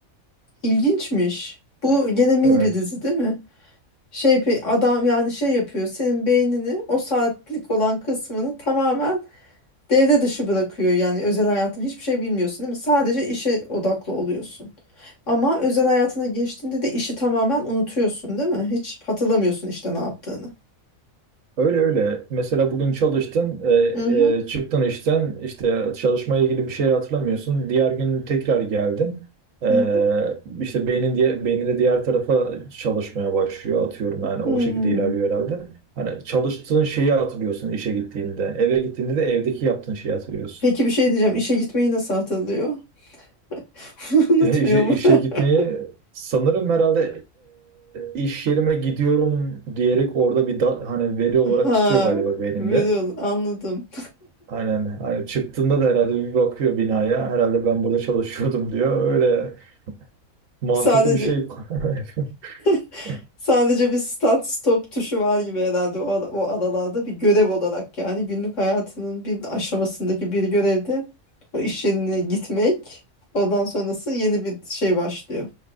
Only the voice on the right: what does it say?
Evet.
Öyle öyle. Mesela bugün çalıştın, e,
e, çıktın işten, işte çalışmaya ilgili bir şey hatırlamıyorsun. Diğer gün tekrar geldin. E,
işte beynin diye beyninde diğer tarafa çalışmaya başlıyor atıyorum yani
o şekilde ilerliyor herhalde. Hani çalıştığın şeyi hatırlıyorsun işe gittiğinde. Eve gittiğinde de evdeki yaptığın şeyi hatırlıyorsun.
<laughs>
E, işe,
işe
gitmeyi sanırım herhalde e, iş yerime gidiyorum diyerek orada bir da- hani veri olarak
tutuyor galiba beyninde.
Aynen. Hani çıktığında da herhalde bir bakıyor binaya. Herhalde ben burada çalışıyordum diyor. Öyle mantıklı
bir şey. <laughs>